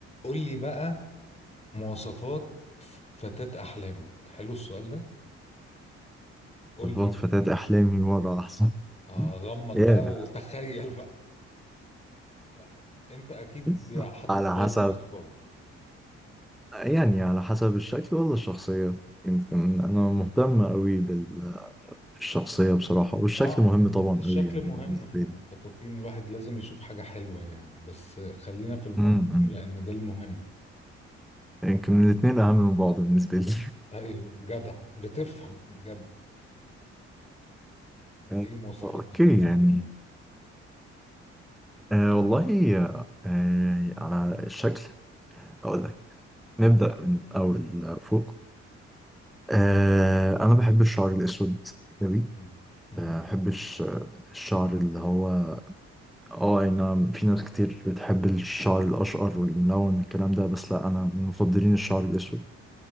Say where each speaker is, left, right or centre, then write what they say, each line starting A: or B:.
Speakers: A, on the left; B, in the centre.
A: قول لي بقى مواصفات فتاة أحلامك حلو السؤال ده قول
B: تفوت
A: لي بقى.
B: فتاة أحلامي وضع أحسن
A: آه غمض
B: يا
A: بقى وتخيل بقى لا أنت أكيد
B: <laughs>
A: حاطط
B: على
A: شوية
B: حسب
A: مواصفات
B: يعني على حسب الشكل ولا الشخصية يمكن أنا مهتم أوي بال- بالشخصية بصراحة والشكل
A: آه
B: مهم طبعا
A: الشكل
B: أوي يعني
A: مهم
B: بالنسبة
A: احنا
B: لي
A: متفقين الواحد لازم يشوف حاجة حلوة يعني بس خلينا في المضمون
B: أمم.
A: لأن ده المهم
B: يمكن الاتنين أهم من بعض بالنسبة لي
A: أيوه جدع بتفهم جدع
B: <laughs>
A: إيه مواصفات
B: أوكي
A: فتاة
B: يعني
A: أحلامك
B: آه والله آه على الشكل هقول لك نبدأ من أول فوق آه أنا بحب الشعر الأسود أوي،
A: مم. مم.
B: ما بحبش الشعر اللي هو اه اي نعم في ناس كتير بتحب الشعر الاشقر والملون والكلام ده بس لا انا من مفضلين الشعر الاسود